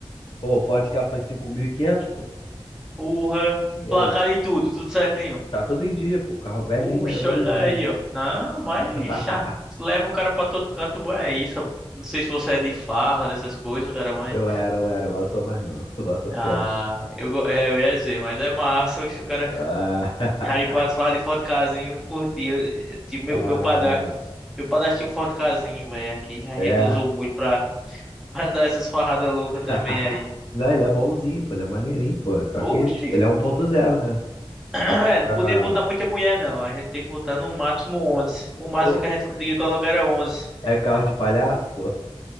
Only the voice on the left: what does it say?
Pô, o Ford Ka foi 5.500, pô.
E aí?
Tá todo em dia, pô. Carro velhinho,
mas tá todo
em dia.
<laughs>
Eu era, eu era, agora eu sou mais não. <laughs> Agora eu tô quieto.
Ah,
<laughs>
ah,
é.
<laughs>
Não, ele é bonzinho, pô, ele é maneirinho, pô. Só
que ele é um ponto zero, né?
Dá muito pra.
<laughs> Ô,
é carro de palhaço, pô.